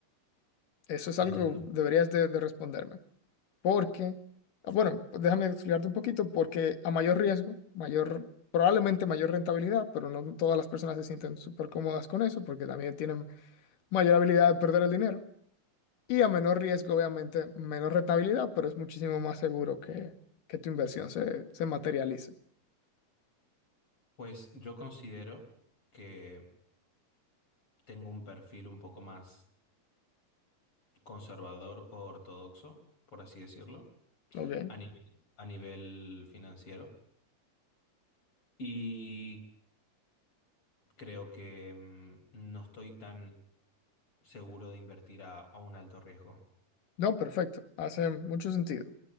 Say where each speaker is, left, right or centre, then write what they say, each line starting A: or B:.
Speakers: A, on the left; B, on the left.
A: Eso es
B: entiendo.
A: algo que deberías de, de responderme. Porque, ah, bueno, pues déjame explicarte un poquito, porque a mayor riesgo, mayor, probablemente mayor rentabilidad, pero no todas las personas se sienten súper cómodas con eso, porque también tienen mayor habilidad de perder el dinero. Y a menor riesgo, obviamente, menor rentabilidad, pero es muchísimo más seguro que, que tu inversión se, se materialice.
B: Pues yo considero que tengo un perfil un poco más conservador o ortodoxo, por así decirlo.
A: ¿Ok?
B: a nivel, a nivel financiero. Y creo que mm, no estoy tan seguro de invertir a, a un alto riesgo.
A: No, perfecto. Hace mucho sentido.